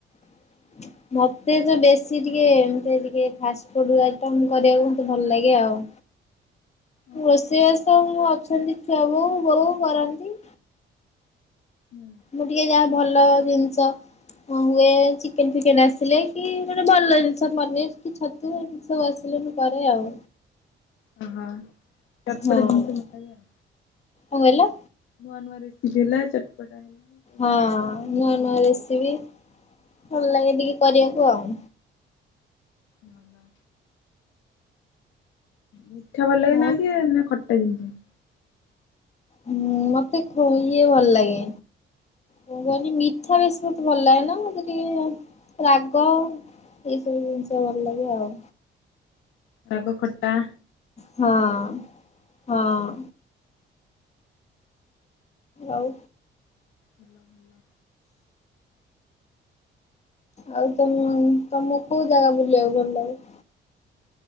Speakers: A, on the left (about 35°); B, on the left (about 80°).
A: <inaudible> ମତେ ତ ବେଶୀ ଟିକେ, ଏମିତି ଟିକେ ଫାଷ୍ଟ ଫୁଡ୍ ଆଇଟମ୍ କରିବାକୁ ମତେ ଭଲ ଲାଗେ ଆଉ।
B: ଓହୋ
A: ରୋଷେଇବାସ ମୁଁ ଅଛନ୍ତି ଛୁଆ ବୋଉ, ବୋଉ କରନ୍ତି।
B: ହୁଁ।
A: ମୁଁ ଟିକେ ଯାହା ଭଲ ଜିନିଷ୍ ହଁ ହୁଏ, ଚିକେନ୍ ଫିକେନ୍ ଆସିଲେ, କି ମାନେ ଭଲ ଜିନିଷ୍ ପନିର୍ କି ଛତୁ, ଏମି ସବୁ ଆସିଲେ ମୁଁ କରେ ଆଉ।
B: ଓହୋ। ଚଟପଟା
A: ହଉ,
B: ଜିନିଷ
A: କଣ
B: ଭଲ ଲାଗେ ଆଉ।
A: କହିଲେ?
B: ନୂଆ ନୂଆ ରେସିପି ହେଲା, ଚଟ୍ ପଟା ହେଲା
A: ହଁ, ନୂଆ ନୂଆ ରେସିପି, ଭଲ ଲାଗେ ଟିକେ କରିବାକୁ ଆଉ।
B: ଭଲ। ମିଠା ଭଲ
A: ଆଉ
B: ଲାଗେ <unintelligible> ନା ଖଟା ଜିନିଷ?
A: ହୁଁ, ମତେ ଖୁ ଇଏ ଭଲ ଲାଗେ। ମୁଁ କଇନି ମିଠା ବେଶୀ ମତେ ଭଲ ଲାଗେ ନା, ମତେ ଟିକେ ରାଗ ଏଇ ସବୁ ଜିନିଷ ଭଲ ଲାଗେ ଆଉ।
B: ରାଗ ଖଟା
A: ହଁ ହଁ। ଆଉ
B: ଭଲ ଭଲ।
A: ଆଉ ତମ୍, ତମକୁ କୋଉ ଜାଗା ବୁଲିବାକୁ ଭଲ ଲାଗେ?